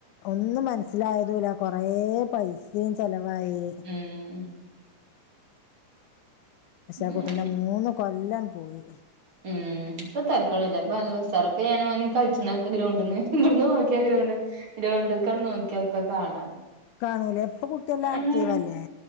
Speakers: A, on the left (about 80°); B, on the right (about 40°).
A: ഒന്നും മനസ്സിലായതൂല കൊറേ പൈസീം ചെലവായീ
B: ഉം
A: പക്ഷാ
B: അങ്ങനെ.
A: ആ കുട്ടിന്റെ മൂന്ന് കൊല്ലാണ്ട് പോയി
B: ഉം ഇപ്പൊ തരക്കെടില്ല ഇപ്പൊ നല്ലുശാറാ ഇപ്പൊ ഞാനോന് കള്ച്ച്ണ ക്ക് ഗ്രൗണ്ട്ന്ന് ഇബ്ട്ന്ന് നോക്കിയാ ഗ്രൗണ്ട് ഗ്രൗണ്ട്ക്കാണ്ട് നോക്കിയാ ഒക്കെ കാണാ
A: കാണൂലേ ഇപ്പൊ കുട്ടി നല്ല ആക്ടീവല്ലേ?
B: ആഹ്